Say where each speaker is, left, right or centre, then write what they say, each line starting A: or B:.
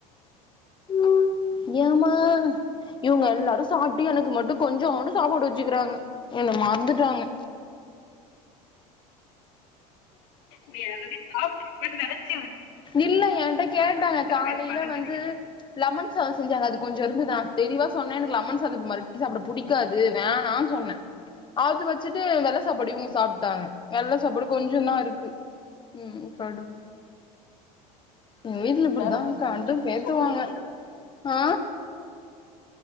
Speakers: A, on the left; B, on the left.
A: ம் ஏமா இவங்க எல்லாரு சாப்ட்டு எனக்கு மட்டு கொஞ்சோண்டு சாப்பாடு வச்சுக்குறாங்க என்ன மறந்துட்டாங்க
B: நீ ஆல்ரெடி சாப்ட்ருப்பனு நெனச்ச
A: இல்ல என்கிட்ட கேட்டாங்க காலையில
B: போயிருப்பாங்கன்னு
A: வந்து
B: நெனைக்கிறே
A: லமன் சாத செஞ்சாங்க அது கொஜ்ச இருந்துதா தெளிவா சொன்னே எனக்கு லமன் சாத மறுபடியு சாப்ட புடிக் காது வேணான் சொன்னே அது வச்சுட்டு வெள்ள சாப்பாடு இங்க சாப்ட்டாங்க வெள்ள சாப்பாடு கொஞ்சந்தா இருக்கு ம் கடும் எங்க
B: ச்சே
A: வீட்ல இப்படிதா
B: வேல பாக்க
A: கண்டு ஏத்துவாங்க
B: சோறு இல்லையா
A: ஆ